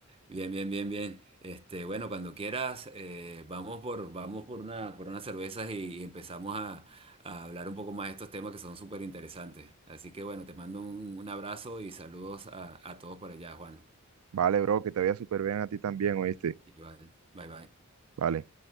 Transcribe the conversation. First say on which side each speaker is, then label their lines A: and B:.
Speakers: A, on the right (about 25°); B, on the right (about 80°).
A: Bien, bien, bien, bien. Este, bueno, cuando quieras, eh, vamos por, vamos por una, por unas cervezas y, y empezamos a, a hablar un poco más de estos temas que son súper interesantes. Así que bueno, te mando un, un abrazo y saludos a, a todos por allá, Juan.
B: Vale, bro, que te vaya súper bien a ti también, ¿oíste?
A: Igual, bye bye.
B: Vale.